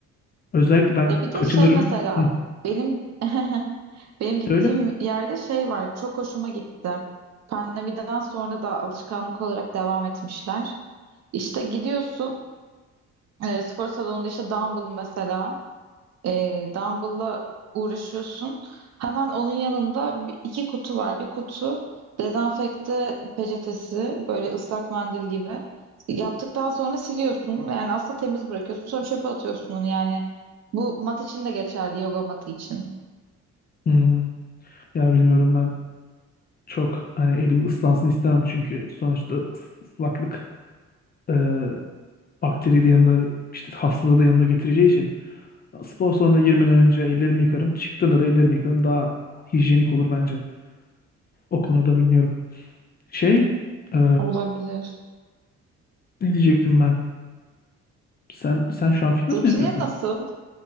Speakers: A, on the left; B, on the right.
A: Özellikle ben
B: Ya bir
A: kaçınırım.
B: de şey mesela
A: Hı.
B: benim <laughs> benim gittiğim
A: Söyle.
B: yerde şey var. Çok hoşuma gitti. Pandemiden sonra da alışkanlık olarak devam etmişler. İşte gidiyorsun E, spor salonunda işte dumbbell mesela e, dumbbell'la uğraşıyorsun. Hemen onun yanında bi- iki kutu var. Bir kutu dezenfekte peçetesi böyle ıslak mendil gibi. Yaptıktan sonra siliyorsun. Yani aslında temiz bırakıyorsun. Sonra çöpe atıyorsun onu yani. Bu mat için de geçerli, yoga matı için.
A: Hmm. Ya bilmiyorum ben çok hani elim ıslansın istemem çünkü sonuçta ıs- ıslaklık e, bakteriyi de yanında işte hastalığı da yanında getireceği için spor salonuna girmeden önce ellerimi yıkarım. Çıktığımda da ellerimi yıkarım. Daha hijyenik olur bence. O konuda bilmiyorum. Şey e,
B: Olabilir.
A: ne diyecektim ben? Sen sen şu an fitness
B: Rutine
A: mi yapıyorsun?
B: nasıl?